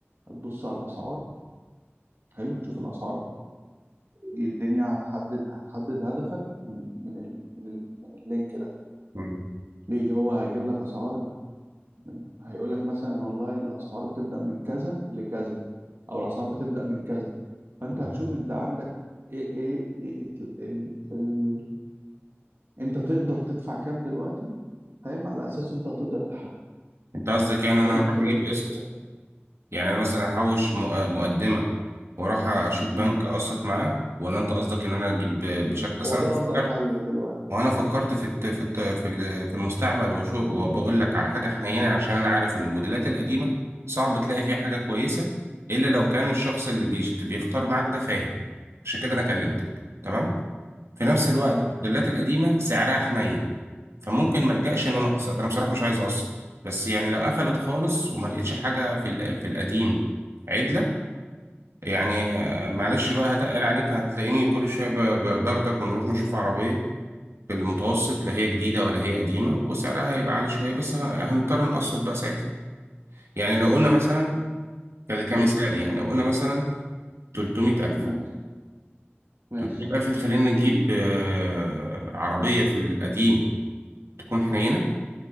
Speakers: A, on the right; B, on the right.
A: هتبص على الاسعار حلو تشوف الاسعار إيه الدنيا هتحدد هتحدد هدفك من من ال من, ال من اللينك ده
B: مم.
A: ليه هو هيجيب لك اسعار من- هيقول لك مثلا والله الاسعار بتبدا من كذا لكذا او الاسعار بتبدا من كذا فانت هتشوف
B: مم.
A: انت عندك ايه ايه, إيه ال ال ال انت تقدر تدفع كام دلوقتي فاهم على اساسه انت هتقدر تحدد
B: انت قصدك يعني انا
A: فاهم
B: اروح
A: من خلال
B: اجيب
A: اللينك
B: قسط
A: ده
B: يعني انا مثلا احوش مؤ- مقدمه واروح اشوف بنك
A: مم.
B: اقسط معاه ولا انت قصدك ان انا اجيب بشكل اصل
A: هو
B: انا
A: ده
B: فكرت
A: افضل حل دلوقتي
B: وانا فكرت في الت... في الت... في ال- في المستعمل وشو وبقول لك على حاجه حنينه عشان انا عارف ان الموديلات القديمه صعب تلاقي فيها حاجه كويسه الا لو كان الشخص اللي بيشت... بيختار معاك ده فاهم عشان كده انا كلمتك تمام في نفس الوقت
A: ايوه
B: الموديلات القديمه سعرها حنين فممكن ما الجاش ان
A: فاهم
B: انا اقسط انا بصراحه مش عايز اقسط بس يعني لو قفلت خالص وما لقيتش حاجه في ال- في القديم عدله يعني آه، معلش بقى هتقل عليك هتلاقيني كل شويه ب- ب- باخدك ونروح نشوف عربيه في المتوسط لا هي جديده ولا هي قديمه وسعرها هيبقى عالي شويه بس ه- هنضطر نقسط بقى ساعتها يعني لو قلنا مثلا ك- كمثال
A: مم.
B: يعني لو قلنا مثلا 300000
A: ماشي ماشي
B: 300000 تخلينا نجيب آه، عربيه في القديم تكون حنينه